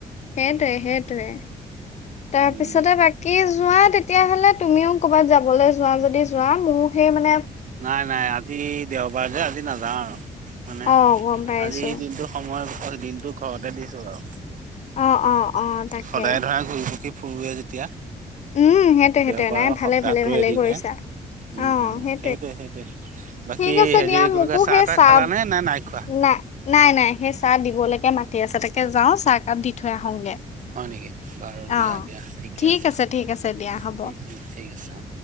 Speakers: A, on the left (about 50°); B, on the right (about 60°).
A: সেইটোৱে সেইটোৱে তাৰপিছতে
B: উম,
A: বাকী জো। যোৱা তেতিয়া হ'লে তুমিও কৰ'ৰবাত যাবলৈ যোৱা যদি যোৱা মোৰ সেই মানে্
B: নাই নাই আজি দেওবাৰে যে আজি। নাযাওঁ আৰু মানে
A: অ' গম পাইছো
B: আজি দিনটো সময় দিনটো ঘৰতে দিছো আৰু।
A: অ' অ' অ' তাকে
B: সদায় ধৰা ঘূৰি ফুকি ফুুৰোঁৱে যেতিয়া।
A: উম সেইটোৱে
B: দেওবাৰৰ
A: সেইটোয়ে নাই ভালে
B: সপ্তাহটোৰ
A: ভালে ভালে
B: এদিনহে
A: কৰিছা
B: উম,
A: অ
B: উম,
A: হে।
B: সেইটোৱে সেইটোৱে বাকী
A: ঠিক আছে
B: হেৰি
A: দিয়া।
B: কি বুলি
A: মোকো
B: কয় চাহ
A: সেই
B: তাহ
A: চাব
B: খালানে নে নে নাই খোৱা?
A: নাই নাই নাই সেই- চাহ দিবলৈকে মাতি আছে। তাকে যাওঁ চাহকাপ দি থৈ আহোগে।
B: হয় নেকি। বাৰু
A: অ'
B: দিয়া দিয়া ঠিকে
A: ঠিক
B: আছে হ'ব
A: ঠিক
B: উম
A: আছে দিয়া হ'ব
B: উম ঠিক আছে অ।